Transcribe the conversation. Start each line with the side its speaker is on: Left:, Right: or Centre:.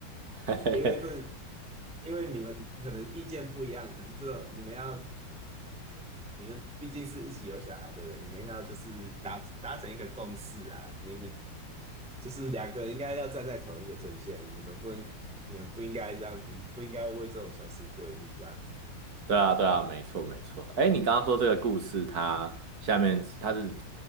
Right: <laughs>
Centre: 因为这因为你们可能意见不一样，可是这种你们要，你们毕竟是一起有小孩的人，你们要就是达达成一个共识啊，你们就是两个应该要站在同一个阵线，你们不能，你们不应该这样，你们不应该为这种小事对立这样子。
Right: 对啊，对啊，没错，没错。哎，你刚刚说这个故事，它下面它是